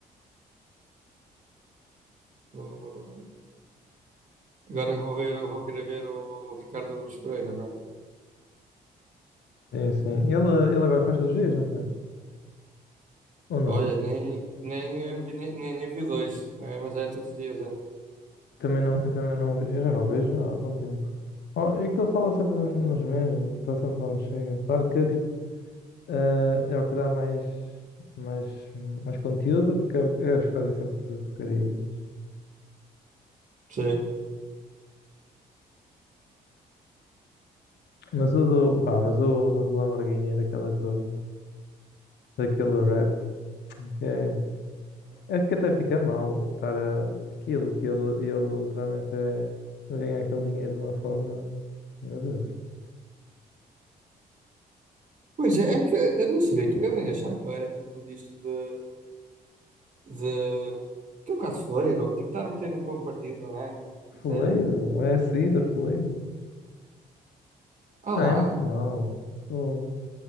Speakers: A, on the right (about 40°); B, on the left (about 60°).
A: O- Agora vou ver, eu vou querer ver o Ricardo Aruz Pereira agora.
B: Sim, sim. E Ele, ele agora faz cirurgias, não faz? Ou não?
A: Olha, nem, nem, eh, vi, nem, nem, nem vi dois, É, mas é todos os dias, é.
B: Também não, eu também não, ve- eu já não vejo há algum tempo. Oh, é que ele fala sempre nos mesmos, está sempre falando chega. Claro que tipo, eh, é o que dá mais, mais, mais conteúdo, porque é, é os que fazem sempre porcaria. Mas,
A: Sim.
B: mas o do, pá, mas o, mas o Lamborghini é daquela cor, daquele rap, que é, é que até fica mal estar a, aquilo que ele, ele literalmente é, ele ganha aquele dinheiro de uma forma, meu Deus,
A: Pois é, é que eu não sabia que eu nem achava que eu era tipo disto de de que é um bocado fuleiro, tipo, estar a meter um para um partido, não é?
B: fuleiro,
A: Sei.
B: é a saída, fuleiro.
A: Ah
B: Não,
A: lá,
B: é muito mau. Fogo.